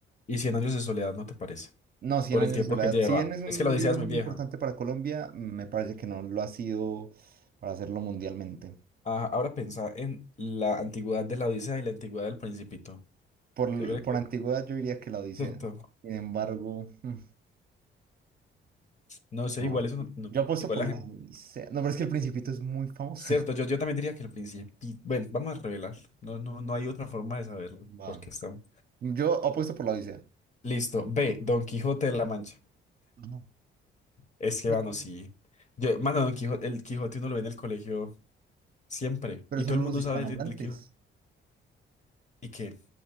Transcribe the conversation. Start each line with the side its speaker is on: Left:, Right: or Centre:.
Left: Y Cien años de soledad, ¿no te parece?
Right: No, Cien
Left: Por
Right: años
Left: el tiempo
Right: de soledad.
Left: que lleva.
Right: Si bien es un
Left: Es que la Odisea
Right: libro
Left: es muy
Right: muy
Left: vieja.
Right: importante para Colombia, me parece que no lo ha sido para hacerlo mundialmente.
Left: Ah, ahora piensa en la antigüedad de la Odisea y la antigüedad del Principito.
Right: Por,
Left: ¿Se cree que?
Right: por antigüedad yo diría que la Odisea.
Left: Cierto.
Right: Sin embargo, mm,
Left: No sé,
Right: no.
Left: igual eso no, no-
Right: Yo apuesto
Left: igual
Right: por
Left: la
Right: la
Left: gente.
Right: Odisea. No, pero es que El Principito es muy famoso.
Left: Cierto, yo, yo también diría que el Principito. Bueno, vamos a revelar. No, no, no hay otra forma de saberlo.
Right: <laughs> Va.
Left: Porque estamos.
Right: Yo apuesto por la Odisea.
Left: Listo. B. Don Quijote de la Mancha.
Right: Ajá.
Left: Es que,
Right: Yay.
Left: mano, sí. Yo, mano, Don Quijo- el Quijote uno lo ve en el colegio siempre.
Right: Pero
Left: Y
Right: solo
Left: todo el mundo
Right: los hispanohablantes.
Left: sabe del, del Quijote. ¿Y qué?